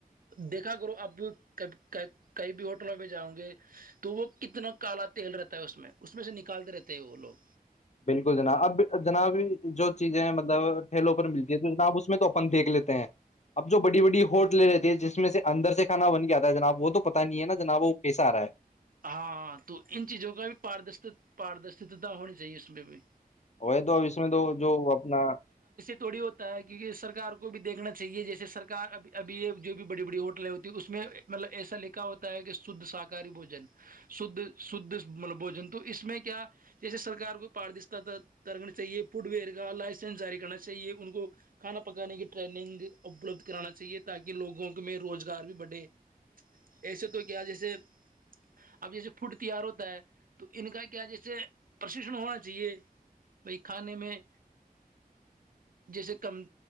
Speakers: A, on the right; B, on the left.
A: دیکھا کرو ابب کیں بھی ہوٹلوں میں جاؤں گے تو وہ کتنا کالا تیل رہتا ہے اس میں اس میں سے نکالتے رہتے ہیں وہ لوگ
B: بالکل جناب اب جناب جو چیزیں ہیں مطلب ٹھیلوں پر ملتی ہے تو جناب اس میں تو اپن پھینک لیتے ہیں اب جو بڑی بڑی ہوٹ لے لیتی ہے جس میں سے اندر سے کھانا بن کے آتا ہے جناب وہ تو پتا نہیں ہے نا جناب وہ کیسا آ رہا ہے
A: ہاں تو ان چیزوں کا بھی پارد پاردرشتاتا ہونی چاہیے اس میں بھی
B: وہی تو اب اس میں تو جو اپنا
A: توڑی ہوتا ہے کیونکہ سرکار کو بھی دیکھنا چاہیے جیسے سرکار اب ابھی یہ جو بھی بڑی بڑی ہوٹلیں ہوتی ہیں اس میں مطلب ایسا لکھا ہوتا ہے کہ شدھ شاکاہاری بوجن ش شھ مطلب بوجن تو اس میں کیا جیسے سرک کو پاردشتا کرنی چاہیے فڈ ویئر کا لائسنس جاری کرنا چاہیے ان کو کھانا پکانے کی ٹرینگ اپلبد کرانا چاہیے تاکہ لوگوں میں روزگار بھی بڑھے ایسے تو کیا جیسے اب جیسے فوڈ تیار ہوتا ہے تو ان کا کیا جیسے پرشکشن ہونا چاہیے بائی کھانے میں جیسے کم